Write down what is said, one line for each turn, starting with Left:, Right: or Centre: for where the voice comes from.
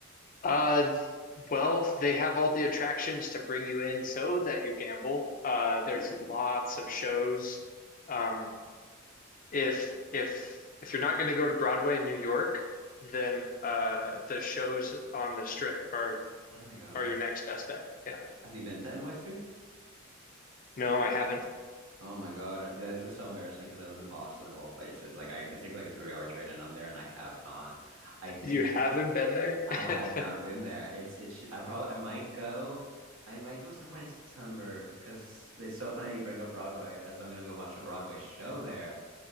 Left: Uh, Well, they have all the attractions to bring you in so that you gamble. Uh, there's
Right: <laughs>
Left: lots of shows. Um, if if if you're not going to go to Broadway in New York, then uh, the shows on the Strip are
Right: Oh my God,
Left: are your next best bet. Yeah.
Right: have you been to NYC?
Left: No, I haven't.
Right: Oh my God. uh, Yeah, This is so embarrassing because I live in Boston of all places. Like I could take like a three hour train and I'm there and I have not. I think
Left: You
Right: it's
Left: haven't
Right: just
Left: been there?
Right: I have
Left: <laughs>
Right: not been there. It's it's I'm probably I might go I might go some point in September because it's so funny how you bring up Broadway as I'm gonna go watch a Broadway show there